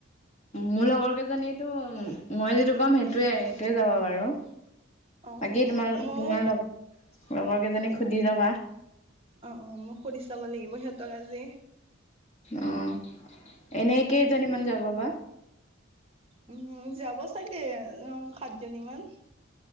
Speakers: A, on the left (about 35°); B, on the right (about 30°).
A: মোৰ লগৰ কেইজনীয়েতো মই যিটো ক'ম সেইটোৱে সেইটোৱে যাব বাৰু।
B: অ
A: বাকী তোমাৰ
B: মইও
A: তোমাৰ লগ লগৰ কেইজনীক সুধি ল'বা।
B: অ', অ', মই সুধি চাব লাগিব সিহঁতক আজি।
A: অ', এনেই কেইজনীমান যাব বা?
B: উম, যাব চাগে অ' সাতজনি মান।